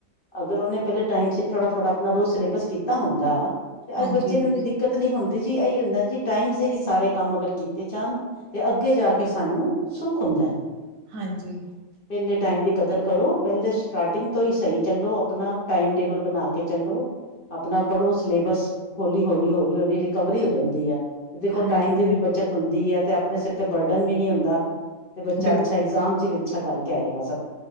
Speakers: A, on the left; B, on the right.
A: ਅਗਰ ਉਹਹਨੇ ਪਹਿਲੇ ਟਾਈਮ ਚ ਥੋੜਾ ਥੋੜਾ ਆਪਣਾ ਰੋਜ਼ ਸਿਲੇਬਸ ਕੀਤਾ ਹੁੰਦਾ, ਤੇ ਅੱਜ
B: ਹਾਂਜੀ
A: ਬੱਚੇ ਇੰਨੀ ਦਿੱਕਤ ਦਿੱਕਤ ਨੀ ਹੁੰਦੀ ਜੀ, ਇਹੀ ਹੁੰਦਾ ਜੀ ਟਾਈਮ ਸਿਰ ਸਾਰੇ ਕੰਮ ਅਗਰ ਕੀਤੇ ਜਾਣ ਤੇ ਅੱਗੇ ਜਾ ਕੇ ਸਾਨੂੰ ਸੁੱਖ ਹੁੰਦਾ ਐ।
B: ਹਾਂਜੀ।
A: ਪਹਿਲੇ ਟਾਈਮ ਦੀ ਕਦਰ ਕਰੋ, ਪਹਿਲੇ ਸਟਾਰਟਿੰਗ ਤੋਂ ਈ ਸਹੀ। ਚੱਲੋ, ਆਪਣਾ ਟਾਈਮ ਟੇਬਲ ਬਣਾ ਕੇ ਚੱਲੋ। ਆਪਣਾ ਪੜ੍ਹੋ ਸਿਲੇਬਸ ਹੌਲੀ-ਹੌਲੀ, ਹੌਲੀ-ਹੌਲੀ ਰਿਕਵਰੀ ਹੋ ਜਾਂਦੀ ਆ। ਦੇਖੋ
B: ਹਾਂਜੀ
A: ਟਾਈਮ ਦੀ
B: ਹਾਂ
A: ਵੀ ਬੱਚਤ ਹੁੰਦੀ ਐ ਤੇ ਆਪਣੇ ਸਿਰ ਤੇ ਬਰਡਨ ਵੀ ਨੀ ਹੁੰਦਾ। ਤੇ ਬੱਚਾ
B: ਬਿਲਕੁਲ
A: ਅੱਛਾ ਇਗਜ਼ਾਮ ਚ ਵੀ ਅੱਛਾ ਕਰਕੇ ਆਏਗਾ ਸਭ